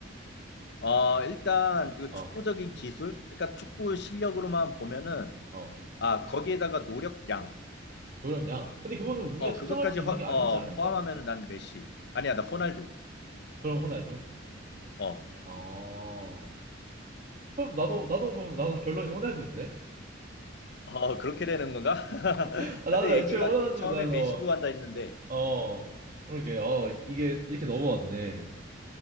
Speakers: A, on the left; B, on the right.
A: 어, 일단 그
B: 어,
A: 축구적인 기술, 그러니까 축구 실력으로만 보면은
B: 어,
A: 아 거기에다가 노력량,
B: 노력 양. 근데 그거는 우리가
A: 어
B: 측정할
A: 그것까지
B: 수 있는
A: 허-
B: 게 아니지
A: 어,
B: 않을까?
A: 포함하면은 난 메시, 아니야 나 호날두.
B: 그럼 호날두.
A: 어,
B: 어, 그럼 나도 나도 그럼 나도 결론이 호날두인데?
A: 어 그렇게 되는 건가? <laughs>
B: <laughs> 아, 나는
A: 나도 얘기가
B: 애초에 호날두
A: 이- 처음에
B: 난
A: 메시
B: 어,
A: 좋아한다 했는데
B: 어, 그러게, 어, 이게 이렇게 넘어왔네.